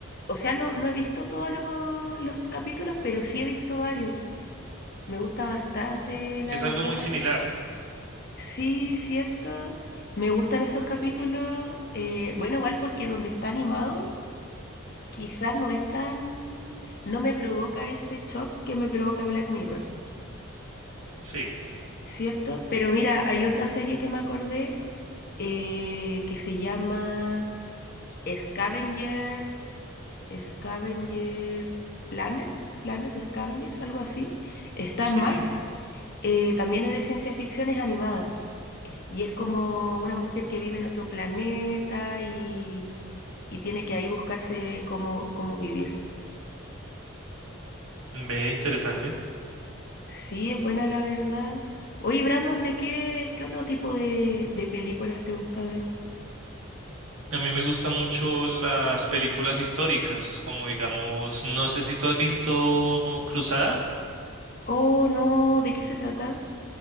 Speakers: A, on the left; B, on the right.
A: O sea, no, no he visto todos los, los capítulos, pero sí he visto varios. Me gusta bastante, la
B: Es
A: verdad.
B: algo muy similar.
A: Sí, cierto. Me gustan esos capítulos. eh, bueno, igual porque donde está animado, quizás no es tan... No me provoca ese shock que me provoca Black Mirror,
B: Sí,
A: ¿cierto? Pero mira, hay otra serie que me acordé eh, que se llama Scavengers, Scavengers Planet, Planet Scavengers, algo así. Está
B: sí,
A: en Max. eh, también es de ciencia ficción, es animada. Y es como una mujer que vive en otro planeta y, y tiene que ahí buscarse cómo, cómo vivir.
B: ve interesante.
A: Sí, es buena la verdad. Oye, Brandon, ¿de qué, qué otro tipo de, de películas te gusta ver?
B: A mí me gustan mucho las películas históricas, como digamos, no sé si tú has visto Cruzada,
A: Oh, no, ¿de qué se trata?